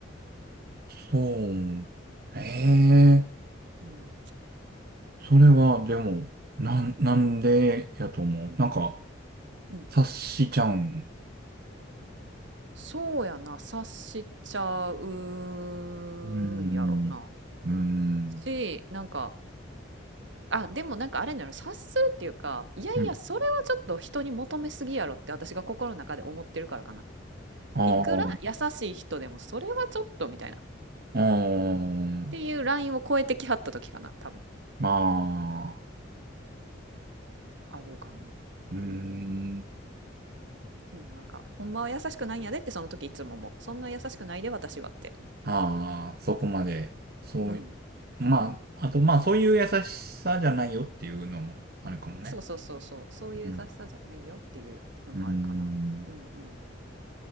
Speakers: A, on the right; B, on the right.
A: そう。ええ、
B: うん
A: それは、でも、なん、なんでやと思う。なんか、
B: うん
A: 察しちゃうん。
B: そうやな、察しちゃうんやろうな。
A: うーん。うーん。
B: し、なんか、あ、でもなんかあれなの、察するっていうか、いやいや、
A: うん。
B: それはちょっと人に求めすぎやろって私が心の中で思ってるからかな。
A: ああー、
B: いくら優しい人でも、それはちょっとみたいな。っ
A: ああ、
B: ていうラインを超えてきはった時かな、多分。
A: まあ、
B: あるかな。
A: うー
B: うんうん。
A: ん。
B: でもなんか、ほんまは優しくないんやでってその時いつももう、そんな優しくないで私はって。
A: ああ、そこまで。そうい、
B: うん。
A: まあ、あと、まあ、そういう優しさじゃないよっていうのもあるかもね。
B: そうそうそうそう、そういう優しさじゃないよっていうのもあるかな。
A: うん。うーん。
B: うんうん。